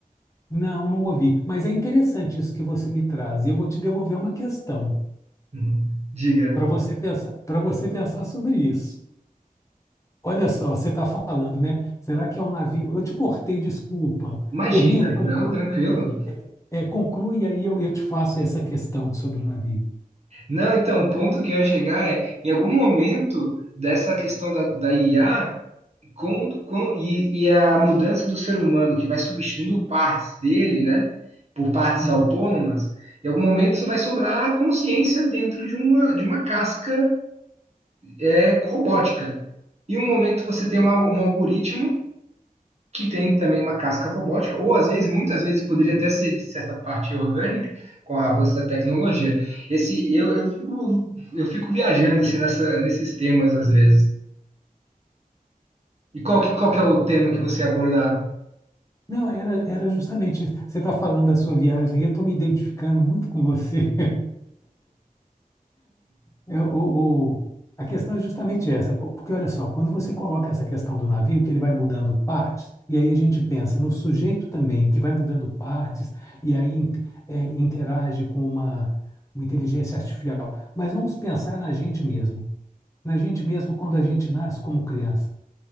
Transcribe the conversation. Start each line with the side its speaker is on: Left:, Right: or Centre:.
Left: Não, não ouvi. Mas é interessante isso que você me traz. E eu vou te devolver uma questão
Right: Uhum. Diga.
Left: para você pensar, para você pensar sobre isso. Olha só, você está falando, né? Será que é um navio? Eu te cortei, desculpa.
Right: Imagina,
Left: Termina, conclui,
Right: não, tranquilo.
Left: e- é, é, conclui e aí eu, eu te faço essa questão sobre o navio.
Right: Não, então, o ponto que eu ia chegar é, em algum momento dessa questão da, da IA Com, com- e, e a mudança do ser humano que vai substituindo partes dele, né, por partes
Left: Uhum.
Right: autônomas, em algum momento isso vai sobrar a consciência dentro de uma, de uma casca é, robótica. E um momento você tem um, al- um algoritmo que tem também uma casca robótica, ou às vezes, muitas vezes, poderia até ser de certa parte orgânica, com o avanço da tecnologia. Esse, eu, eu fico, eu fico viajando assim, nessa, nesses temas às vezes. E qual que, qual que é o tema que você ia abordar?
Left: Não, era, era justamente isso. Você está falando da sua viagem e eu estou me identificando muito com você. É, o, o- a questão é justamente essa, po- porque olha só, quando você coloca essa questão do navio, que ele vai mudando partes, e aí a gente pensa no sujeito também, que vai mudando partes, e aí in- é, interage com uma, uma inteligência artificial. Mas vamos pensar na gente mesmo, na gente mesmo quando a gente nasce como criança.